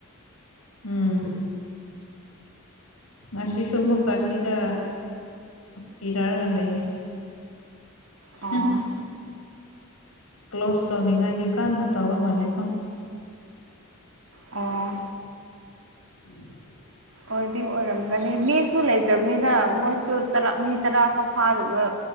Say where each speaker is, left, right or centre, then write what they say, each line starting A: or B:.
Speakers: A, on the left; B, on the right.
A: ꯎꯝ ꯉꯁꯤꯁꯨ ꯑꯃꯨꯛꯀ ꯑꯁꯤꯗ ꯄꯤꯔꯛꯑꯒ ꯂꯩꯌꯦ
B: ꯑꯣ
A: ꯍꯝ ꯀ꯭ꯂꯣꯁ ꯇꯧꯅꯤꯡꯉꯥꯏꯗꯤ ꯀꯥꯟꯟꯅ ꯇꯧꯋ ꯃꯥꯜꯂꯦꯀꯣ
B: ꯑꯥ
A: <unintelligible>
B: ꯑꯣꯏꯗꯤ ꯑꯣꯏꯔꯝꯒꯅꯤ ꯃꯤꯁꯨ ꯂꯩꯇꯕꯅꯤꯅ ꯃꯣꯏꯁꯨ ꯃꯤ ꯇꯔꯥ ꯐꯥꯎ ꯐꯥꯗꯕ